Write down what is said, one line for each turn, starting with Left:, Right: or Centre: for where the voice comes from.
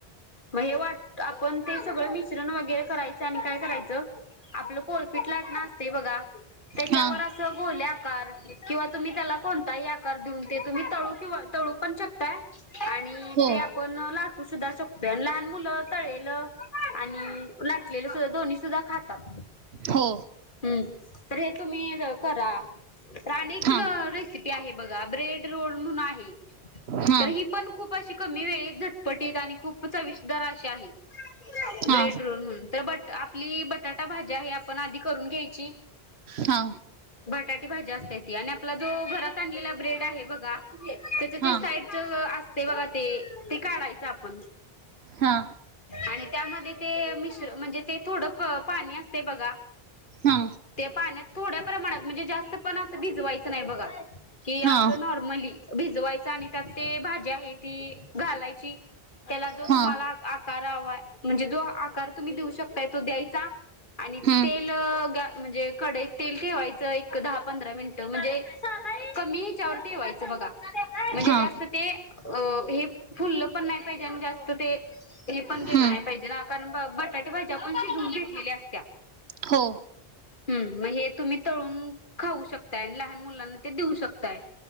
Left: मग हे वाट आपण ते सगळं मिश्रण वगैरे करायचं आणि काय करायचं आपलं पोळपीट ला बघा त्याच्यावर
Right: हा
Left: अस गोल्या किंवा तुम्ही त्याला कोणताही आकार देऊन ते तुम्ही तळू किंवा तळू पण शकताय आणि
Right: हो
Left: ते आपण लाग त सुद्धा शकतोय. आणि लहान मुलं तळलेल आणि लाटलेलं सुद्धा दोन्ही सुद्धा खातात.
Right: हो
Left: हम्म तर हे तुम्ही करा प्रणीक
Right: हा
Left: रेसिपी आहे बघा. ब्रेड रोल म्हणून आहे.
Right: हा
Left: तर ही पण खूप अशी कमी वेळेत झटपटीत आणि खूप चविषदार अशी आहे.
Right: हा
Left: ब्रेड रोल म्हणून तर बट आपली बटाटा भाजी आहे आपण आधी करून घ्यायची.
Right: हा
Left: बटाटी भाजी असते ती आणि आपला जो घरात आणलेला ब्रेड आहे बघा त्याचं जे
Right: हा
Left: साईडचं आस ते बघा ते ते काढायचं आपण.
Right: हा
Left: आणि त्यामध्ये ते मिश्र म्हणजे ते थोडं प पाणी असते बघा.
Right: हा
Left: ते पाण्यात थोड्या प्रमाणात म्हणजे जास्त पण असं भिजवायचं नाही बघा कि
Right: हा
Left: असं नॉर्मली भिजवायचं आणि त्यात ते भाजी आहे ती घालायची. त्याला जो
Right: हा
Left: तुम्हाला आकार हवा म्हणजे, जो आकार तुम्ही देऊ शकताय तो द्यायचा. आणि
Right: हम्म
Left: तेल म्हणजे कडईत तेल ठेवायचं एक दहा पंधरा मिनिटं म्हणजे कमी हच्यावर ठेवायचं बघा म्हणजे
Right: हा
Left: जास्त ते अ हे फुल्लं पण नाही पाहिजे. आणि जास्त ते हे पण गेलं
Right: हम्म
Left: नाही पाहिजे ना. कारण बट भाज्या पण शिजवून घेतलेल्या असत्या.
Right: हो
Left: हम्म मग हे तुम्ही तळून खाऊ शकताय. आणि लहान मुलांना ते देऊ शकताय.